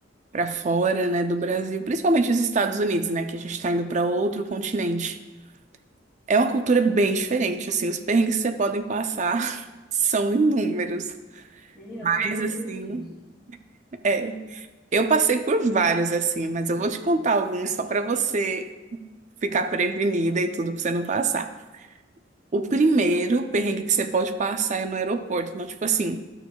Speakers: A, on the right; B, in the centre.
A: para fora, né, do Brasil, principalmente os Estados Unidos, né, que a gente está indo para outro continente, é uma cultura bem diferente, assim, os perrengues que você podem passar <laughs> são inúmeros.
B: Menina,
A: Mas
B: tô com muito
A: assim,
B: medo disso.
A: é, eu passei por vários assim, mas eu vou te contar alguns só para você ficar prevenida e tudo para você não passar. O primeiro perrengue que você pode passar é no aeroporto, então tipo assim,